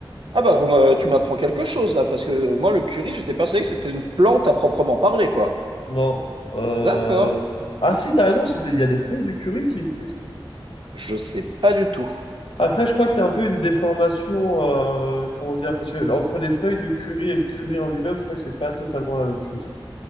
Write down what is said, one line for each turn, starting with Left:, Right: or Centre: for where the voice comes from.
Right: ah bah, vous me- tu m'apprends quelque chose là, parce que moi, le curry, j'étais persuadé que c'était une plante à proprement parler, quoi.
Left: Non. euh,
Right: D'accord.
Left: Ah si, t'as raison, c'est des- il y a des feuilles de curry qui existent.
Right: Je sais pas du tout.
Left: Après, je crois que c'est un peu une déformation, euh, comment dire, parce que entre les feuilles de curry et le curry en lui-même, je crois que c'est pas totalement la même chose.